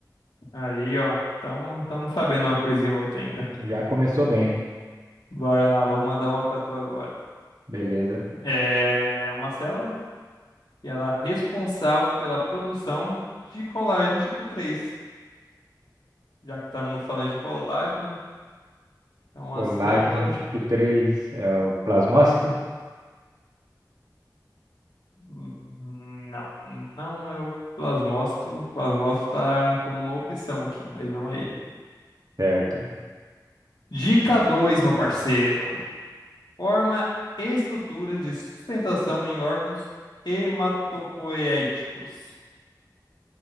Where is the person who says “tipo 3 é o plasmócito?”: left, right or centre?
Right